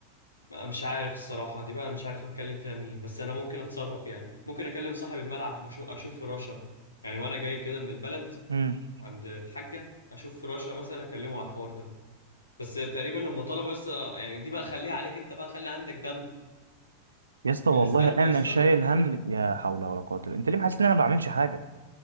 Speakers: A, on the left (about 75°); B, on the right (about 75°).
A: مش عارف الصراحة دي بقى أنا مش عارف هنكلم فيها مين بس أنا ممكن أتصرف يعني ممكن أكلم صاحب الملعب مشو- أشوف فراشة يعني وأنا جاي كده من البلد
B: مم.
A: عند الحاجة أشوف فراشة مثلا أكلمه على الحوار ده بس تقريبا هم طلبوا بس يعني دي بقى خليها عليك أنت بقى خلي عندك دم
B: يا اسطى والله
A: الاستاند
B: انا
A: يا اسطى
B: شايل هم يا حول ولا قوه الا انت ليه حاسس ان انا ما بعملش حاجه